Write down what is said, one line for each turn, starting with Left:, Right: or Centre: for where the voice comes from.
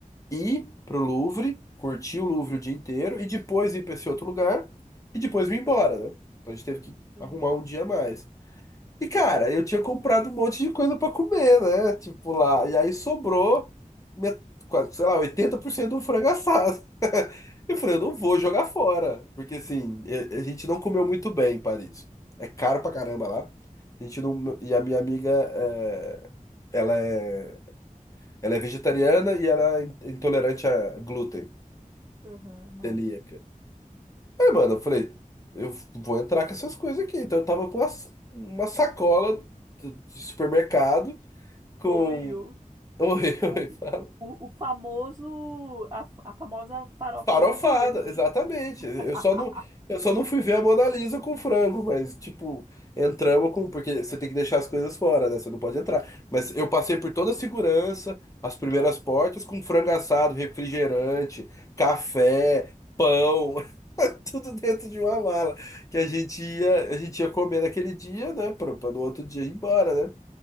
Left: ir pro Louvre, curtir o Louvre o dia inteiro e depois ir para esse outro lugar e depois vir embora, né? Então a gente teve que
Right: Sim.
Left: arrumar um dia a mais. E cara, eu tinha comprado um monte de coisa para comer, né? Tipo lá, e aí sobrou met- quase, sei lá, 80% de um frango assado. <laughs> Eu falei, eu não vou jogar fora, porque assim, e- a gente não comeu muito bem em Paris. É caro pra caramba lá. A gente não, e a minha amiga, é, ela é, ela é vegetariana e ela é in- intolerante a glúten.
Right: Aham, nossa.
Left: Celíaca. Aí, mano, eu falei, eu vou entrar com essas coisas aqui. Então eu tava com uma, uma sacola de de supermercado com.
Right: Ô, Will,
Left: Oi, <laughs>
Right: o,
Left: oi, fala.
Right: o, o famoso, a, a famosa farofa
Left: Farofada,
Right: brasileira, né?
Left: exatamente.
Right: <laughs>
Left: Eu só não, eu só não fui ver a Mona Lisa com frango, mas, tipo, entramos com. Porque você tem que deixar as coisas fora, né? Você não pode entrar. Mas eu passei por toda a segurança, as primeiras portas, com frango assado, refrigerante, café, pão, <laughs> tudo dentro de uma mala. Que a gente ia, a gente ia comer naquele dia, né? Pra, pra no outro dia ir embora, né?